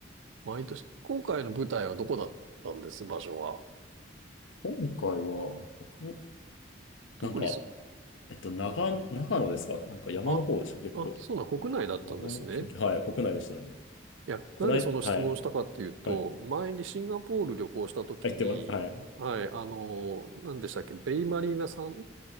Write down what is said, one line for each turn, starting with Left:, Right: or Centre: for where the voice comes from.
Right: 毎年。今回の舞台はどこだったんです、場所は。
Left: 今回は、お
Right: 特にす、
Left: なんか、えっと、長、長野ですかね。なんか山の方でしたね、
Right: あ、
Left: 結構。
Right: あ、そうなん、国内だったんですね。
Left: 長野県警、はい、国内でしたね。
Right: いや、
Left: こない、
Right: なんでその質問をしたかっていうと、
Left: はい、はい。
Right: 前にシンガポール旅行した時に、
Left: 入ってます、はい。
Right: はい、あの、何でしたっけ、ベイマリーナさん、